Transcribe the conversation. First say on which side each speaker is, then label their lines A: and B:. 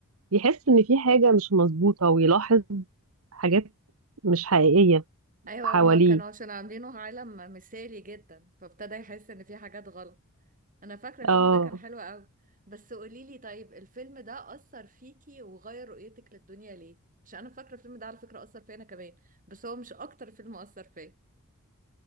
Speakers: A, on the right; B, on the right.
A: يحس إن في حاجة مش مظبوطة ويلاحظ حاجات مش حقيقية
B: أيوة
A: حواليه
B: هما كانوا عشان عاملينه عالم مثالي جدا فابتدى يحس إن في حاجات غلط أنا فاكرة الفيلم
A: اه
B: ده كان حلو أوي بس قوليلي طيب الفيلم ده أثر فيكي وغير رؤيتك للدنيا ليه؟ عشان أنا فاكرة الفيلم ده على فكرة أثر فيا أنا كمان بس هو مش أكتر فيلم أثر فيا